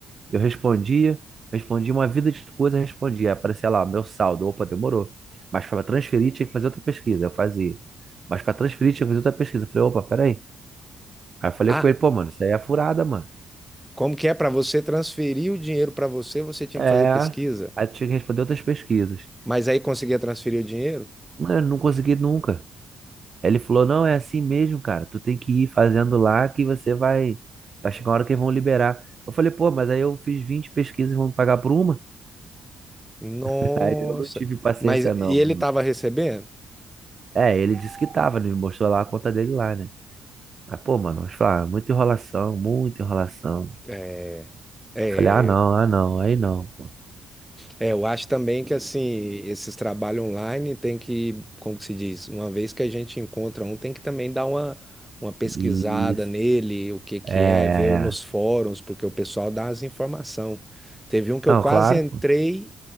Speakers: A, on the right; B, in the centre.
A: Eu respondia, respondia uma vida de coisa, respondia. Aí Aparecia lá, meu saldo, opa, demorou. Mas para transferir tinha que fazer outra pesquisa, eu fazia. Mas para transferir tinha que fazer outra pesquisa. Eu falei, opa, peraí. Aí eu falei
B: Ah,
A: com ele, pô, mano, isso aí é furada, mano.
B: como que é para você transferir o dinheiro para você, você tinha
A: É.
B: que fazer pesquisa,
A: Aí tinha que responder outras pesquisas.
B: mas aí conseguia transferir o dinheiro?
A: Não, eu não consegui nunca. Aí ele falou, não, é assim mesmo, cara. Tu tem que ir fazendo lá que você vai. Vai chegar uma hora que eles vão liberar. Eu falei, pô, mas aí eu fiz 20 pesquisas e vão me pagar por uma?
B: Nossa.
A: <laughs> Aí eu não tive paciência,
B: Mas
A: não.
B: e ele estava recebendo?
A: É, ele disse que tava, né? ele me mostrou lá a conta dele lá, né? Aí, pô, mano, eu falei, ah, muita enrolação, muita enrolação.
B: É, é,
A: Eu falei, ah, não, ah, não, aí não, pô.
B: É, eu acho também que assim, esses trabalhos online tem que, como que se diz, uma vez que a gente encontra um, tem que também dar uma, uma pesquisada
A: Isso.
B: nele, o que que
A: É, é,
B: é, ver nos
A: é.
B: fóruns, porque o pessoal dá as informações. Teve um que eu
A: Não,
B: quase
A: claro,
B: entrei,
A: pô.